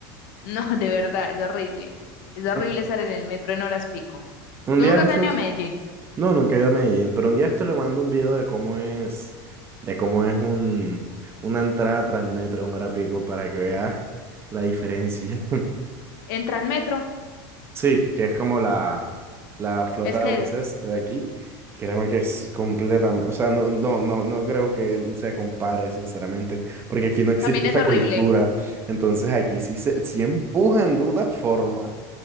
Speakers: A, on the left; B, on the right.
A: No, <laughs> de verdad, es horrible. Es horrible
B: Un
A: estar en el metro en horas pico.
B: un
A: ¿Tú
B: día
A: nunca
B: de
A: has
B: estos,
A: venido a Medellín?
B: no, nunca he ido a Medellín, pero un día esto le mando un video de cómo es, de cómo es un, una entrada Transmetro en hora pico para que vea <laughs> la diferencia.
A: Entra en metro,
B: Sí, que es como la, la flota
A: es que
B: de buses de aquí. Créeme que es completamente, o sea, no, no, no, no creo que se compare, sinceramente, porque aquí no existe
A: también es
B: esa
A: horrible.
B: cultura. Entonces aquí sí se, sí empujan de una forma.